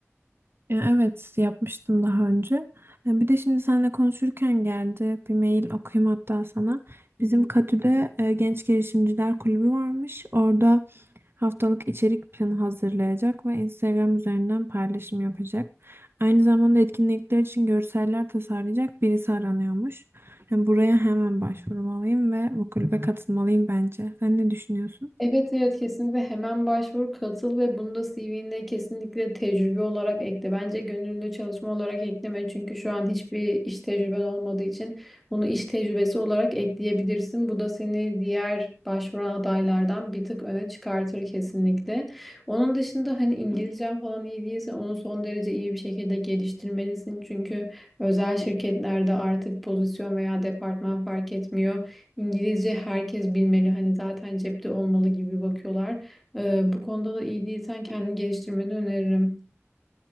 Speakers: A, on the right; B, in the centre.
A: Ya Evet yapmıştım daha önce. E, Bir de şimdi seninle konuşurken geldi bir mail okuyayım hatta sana.
B: Hı
A: Bizim
B: hı.
A: Katü'de e, Genç Girişimciler Kulübü varmış. Orada haftalık içerik planı hazırlayacak ve Instagram üzerinden paylaşım yapacak. Aynı zamanda etkinlikler için görseller tasarlayacak birisi aranıyormuş. Yani buraya hemen başvurmalıyım ve bu kulübe katılmalıyım bence. Sen ne düşünüyorsun?
B: Evet evet kesinlikle hemen başvur katıl ve bunu da CV'ne kesinlikle tecrübe olarak ekle. Bence gönüllü çalışma olarak ekleme çünkü şu an hiçbir iş tecrüben olmadığı için bunu iş tecrübesi olarak ekleyebilirsin. Bu da seni diğer başvuran adaylardan bir tık öne çıkartır kesinlikle. Onun dışında hani İngilizcen falan iyi değilse onu son derece iyi bir şekilde geliştirmelisin. Çünkü özel şirketlerde artık pozisyon veya departman fark etmiyor. İngilizce herkes bilmeli hani zaten cepte olmalı gibi bakıyorlar. Ee, bu konuda da iyi değilsen kendini geliştirmeni öneririm.